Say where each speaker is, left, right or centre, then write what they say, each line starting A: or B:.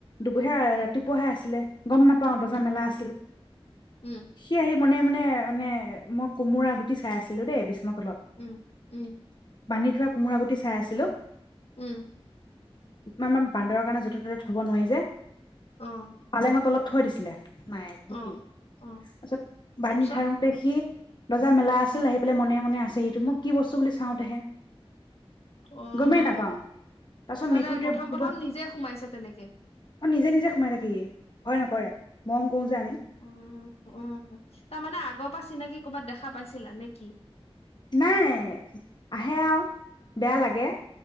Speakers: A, on the left; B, on the left.
A: দুবিহা ৰাতিপুৱাহে আছে লে গম নাপাও দৰ্জা
B: উম,
A: মেলা আছিল,
B: উম,
A: সি আহি মনে মনে হ'য় মানে মই কোমোৰা গুটি চাই আছিলো দেই বিষ্ণু তলত
B: উম, উম,
A: বান্ধী থোৱা কোমোৰা গুটি চাই আছিলো।
B: উম।
A: মা মা আমাৰ বান্দৰ কাৰণে য'তে ত'তে থ'ব নোৱাৰি যে।
B: অ',
A: পালেঙ তলত থৈ দিছিলে? নাই গোটেই,
B: অ', অ',
A: তাৰপিছত বান্ধি
B: তাৰপিছত
A: থাওতে সি দৰ্জা মেলা আছে আছিল আহি পেলাই মনে মনে আছে সিটো, মই কি বস্তু বুলি চাওঁতেহে।
B: অ',
A: গমেই নাপাও, তাৰ পাছত
B: মানে
A: মেকুৰীটোৱে-
B: প্ৰথম প্ৰথম নিজে সোমাইছে তেনেকে।
A: অ, নিজে নিজে সোমাই থাকেহি, ভয় নকৰে মৰম কৰো যে আমি।
B: অ', অ তাৰমানে আগৰ পৰা চিনাকি কৰ'বাত দেখা পাইছিলা নে কি?
A: নাই, আহে আৰু বেয়া লাগে।